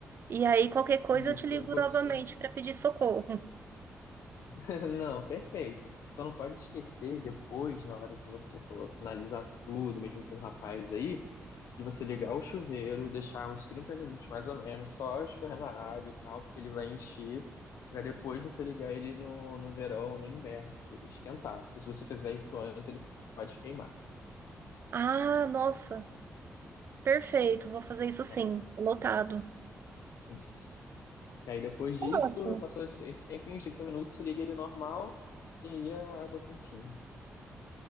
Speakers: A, on the right; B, on the left.
A: E aí, qualquer coisa,
B: Isso,
A: eu te ligo
B: você...
A: novamente para pedir socorro.
B: <laughs> Não, perfeito. Só não pode esquecer depois, na hora que você for finalizar tudo, mesmo com o rapaz aí, de você ligar o chuveiro, deixar uns 30 minutos mais ou menos, só escorrendo a água e tal, porque ele vai encher, para depois você ligar ele no, no verão, no inverno, para ele esquentar. Porque se você fizer isso antes, ele pode queimar, tá?
A: Ah, nossa. Perfeito. Vou fazer isso sim.
B: É,
A: Anotado.
B: isso. E aí depois disso,
A: Ótimo.
B: passou esse, esse tempinho, uns 30 minutos, você liga ele normal, e aí a água quentinha,